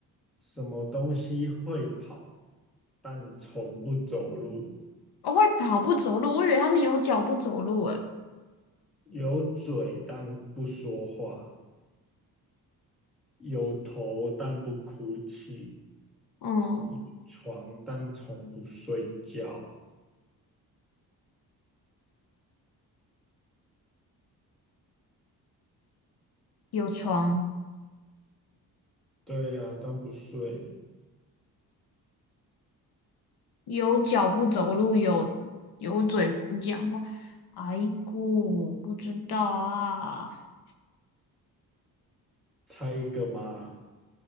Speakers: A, in the centre; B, on the left.
A: 什么东西会跑，但从不走路？
B: 我会跑步走路，我以为它是有脚不走路诶。
A: 有嘴但不说话，有头但不哭泣，
B: 嗯，
A: 有床但从不睡觉。
B: 有床。
A: 对呀、啊，但不睡。
B: 有脚不走路，有有嘴不讲话。哎姑，不知道啊。
A: 猜一个嘛，